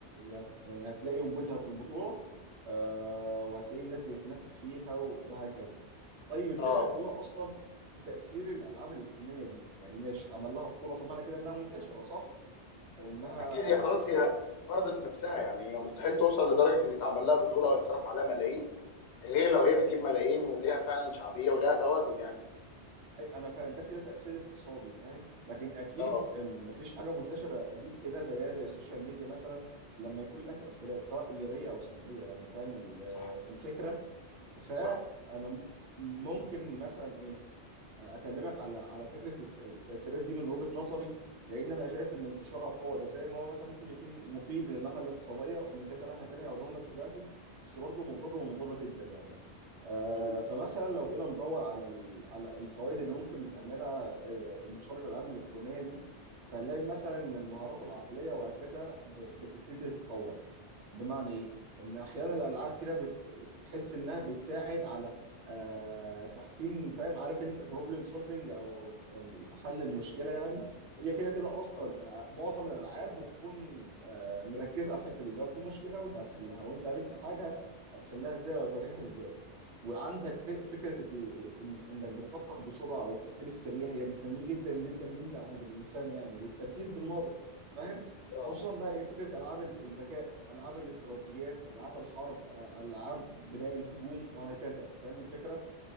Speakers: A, on the right; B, on the left.
A: آه، يعني هتلاقي وجودها في البطوله آه، وهتلاقي الناس بتتنافس فيها و- وهكذا طيب الفكره
B: اه
A: كلها اصلا في تاثير الالعاب الالكترونيه دي يعني ماشي اتعمل لها بطوله فمعنى كده انها منتشره صح او انها
B: اكيد هي خلاص هي فرضت نفسها يعني هي مستحيل توصل لدرجه ان يتعمل لها بطوله او يتصرف عليها ملايين غير لو هي بتجيب ملايين وليها فعلا شعبيه وليها تواجد يعني
A: أي- انا فاهم ده كده تاثير اقتصادي فاهم لكن اكيد
B: اه
A: أم، مفيش حاجه منتشره دي كده زيها زي السوشيال ميديا مثلا لما يكون لها تاثيرات سواء ايجابيه او سلبيه يعني فاهم ال-
B: صح
A: الفكره فانا
B: صح
A: م- ممكن مثلا ايه اكلمك على على فكره الت- التاثيرات دي من وجهه نظري لان انا شايف ان انتشارها بقوه ده زي ما هو مثلا ممكن يكون مفيد من الناحيه الاقتصاديه ومن كذا ناحيه تانيه هقولهم لك دلوقتي بس برضه مضر ومضر جدا يعني آه،
B: امم
A: فمثلا لو جينا ندور على ال- على الفوائد اللي ممكن بتعملها آه، انتشار الالعاب الالكترونيه دي فنلاقي مثلا ان المهارات العقليه وهكذا ب- بتبتدي تتطور بمعنى ايه ان احيانا الالعاب كده بت- بتحس انها بتساعد على آه تحسين فاهم عارف انت البروبلم سولفنج او أو حل المشكله يعني هي كده كده اصلا
B: اه
A: آه، معظم الالعاب بتكون آه مركزه على الحته دي لو في مشكله وانت هتحلها وانت قابلت حاجه هتحلها ازاي وهتواجهها ازاي وعندك ف- فكره ال- إن- انك بتفكر بسرعه او التفكير السريع هي بتنميه جدا جدا جدا عند الانسان يعني والتركيز بالمره فاهم
B: اه
A: خصوصا بقى إيه فكره العاب الذكاء العاب الاستراتيجيات العاب الحرب آه، العاب بناء الهجوم وهكذا يعني فاهم الفكره